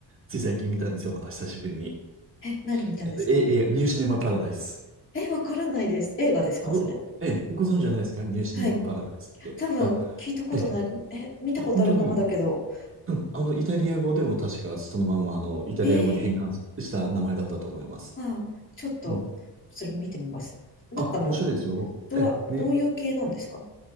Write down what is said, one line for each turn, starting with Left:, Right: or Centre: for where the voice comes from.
Right: つい最近見たんですよ、また久しぶりに。
Left: え、何見たんですか
Right: えっと、え、え、ニューシネマパラダイス。
Left: え、わからないです。映画ですかそれ。
Right: あごええ、ご存知じゃないですかニューシネマパラダイスって。
Left: はい。多分、
Right: あ、
Left: 聞いたことないかも。
Right: ええ、
Left: え、見たことあるかもだけど。
Right: 本当にうんあの、イタリア語でも確かそのまんま、あの、イタリア語に変換した名前だったと思います。
Left: えー、ああ、ちょっと、
Right: うん。
Left: それ見てみます。なんかの、
Right: あ、面白いですよ。
Left: ドラ、
Right: え、め、
Left: どういう系なんですか